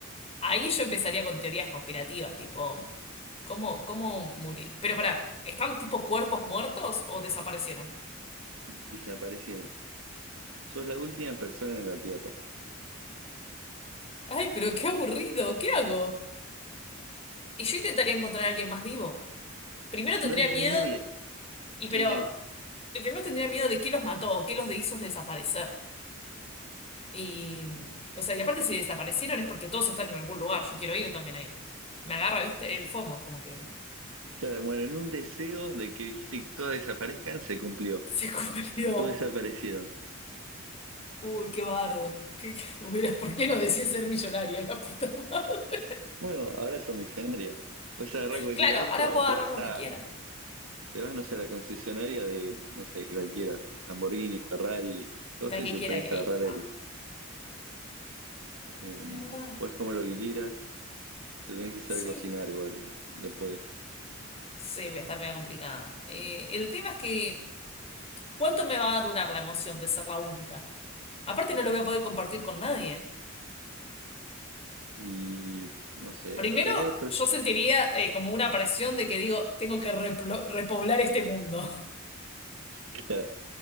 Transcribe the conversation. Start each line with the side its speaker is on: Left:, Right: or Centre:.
Left: Ahí yo empezaría con teorías conspirativas, tipo, ¿cómo, cómo murió? Pero pará, ¿están tipo cuerpos muertos o desaparecieron?
Right: desaparecieron. Sos la última persona en la Tierra.
Left: Ay, pero qué aburrido, ¿qué hago? Y yo intentaría encontrar a alguien más vivo. Primero tendría
Right: No hay,
Left: miedo,
Right: no hay nadie,
Left: y pero,
Right: no hay nadie.
Left: primero tendría miedo de qué los mató o qué los hizo desaparecer. Y, o sea, y aparte si desaparecieron es porque todos están en algún lugar, yo quiero ir también ahí. Me agarra, viste, el FOMO, como que
Right: Claro, bueno, en un deseo de que dijiste que todas desaparezcan, se cumplió.
Left: se <laughs> cumplió.
Right: Y todos desaparecieron.
Left: Uy, qué bardo. ¿Qué, qué- hubiera- ¿por qué no decía ser millonaria la puta madre?
Right: Bueno, ahora sos millonaria. Puedes agarrar cualquier
Left: Claro,
Right: auto,
Left: ahora puedo
Right: te
Left: agarrar
Right: vas
Left: lo
Right: a,
Left: que quiera.
Right: te vas, no sé, a la concesionaria de, no sé, cualquiera, Lamborghini, Ferrari, cosas,
Left: La que
Right: y te
Left: quiera
Right: pones
Left: y ahí,
Right: a agarrar
Left: pa.
Right: el. em,
Left: Es verdad.
Right: puedes comer lo que quieras, te tenés que saber
Left: Sí,
Right: cocinar igual después.
Left: sí, voy a estar medio complicada. Eh, el tema es que, ¿cuánto me va a durar la emoción de ser la única? Aparte, no lo voy a poder compartir con nadie.
Right: Y, no sé,
Left: Primero,
Right: había pers-
Left: yo sentiría eh, como una presión de que digo, tengo que replo- repoblar este mundo. <laughs>
Right: claro,